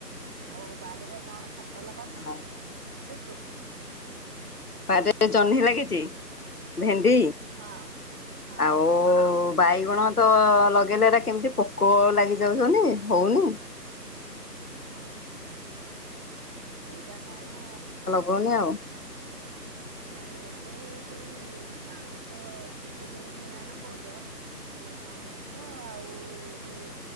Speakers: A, in the centre; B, on the left.
A: ଆଉ ବାଡିରେ କଣ ଫସଲ କରି
B: ହଁ।
A: ଛୁ?
B: ବାରିରେ ଜହ୍ନି ଲାଗିଛି ଭେଣ୍ଡି
A: ହଁ ହଁ।
B: ଆଉ ଓ ବାଇଗଣ ତ ଲଗେଇଲେ ତ ହେଗୁରା କେମିତି ପୋକ ଲାଗି ଯାଉଛନ୍ତି, ହଉନି।
A: ହଁ, ଏଇଟା କଣ
B: କହନି ଆଉ।
A: ବାଇଗଣରେ ଯୋଉ ପାଉଁଶ ଚୁଲି ଯୋଉ ନିଆଁ ନଗଉଛ। ଯୋଉ ପାଉଁଶ ଆଉ ଯୋଉ